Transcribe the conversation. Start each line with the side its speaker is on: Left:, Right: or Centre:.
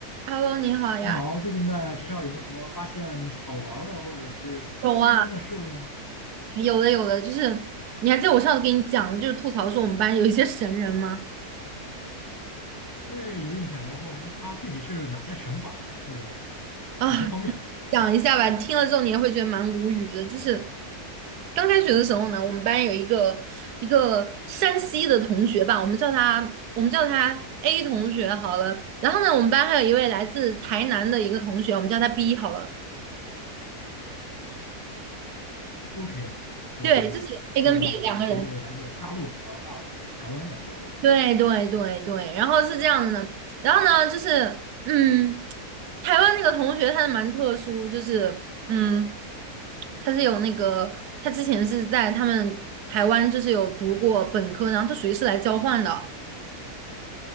Right: Hello，你好呀，
Left: 你好，最近在学校有没有什么发现好玩儿的或者是新鲜的事物呢？
Right: 有啊，有的有的，就是你还记得我上次给你讲的，就是吐槽说我们班有一些神人吗？
Left: 对，有印象。然后，那它具体是哪些神法呢？是
Right: 啊，
Left: 哪些方面
Right: 讲一下吧，你听了之后你也会觉得蛮无语的。就是刚开学的时候呢，我们班有一个一个山西的同学吧，我们叫他我们叫他 A 同学好了。然后呢，我们班还有一位来自台南的一个同学，我们叫他 B 好了。
Left: ？OK，我明白了，
Right: 对，就是 A
Left: 是一位来自大陆和大台湾的。
Right: 跟 B 两个人。
Left: 对，OK。
Right: 对对对对，然后是这样的，然后呢，就是嗯，台湾那个同学他是蛮特殊，就是嗯，他是有那个，他之前是在他们台湾就是有读过本科，然后他属于是来交换的，